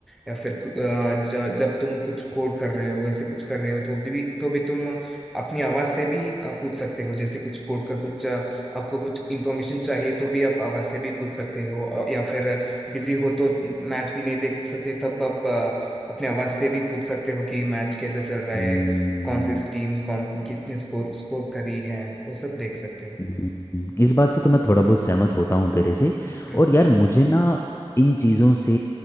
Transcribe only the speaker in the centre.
या फिर कु- अ, ज, जब तुम कुछ कोड कर रहे हो ऐसे कुछ कर रहे हो तो भी तो भी तुम अपनी आवाज़ से भी अ, पूछ सकते हो जैसे कुछ कोड का कुछ अ, आपको कुछ इन्फॉर्मेशन चाहिए तो भी आप आवाज़ से भी पूछ सकते हो अ, या फिर बिजी हो तो मैच भी नहीं देख सकते तब आप अ, अपने आवाज से भी पूछ सकते हो कि मैच कैसे चल रहा
है कौन सी टीम कौन कितने स्कोर स्कोर करी है वो सब देख सकते हैं
हम्म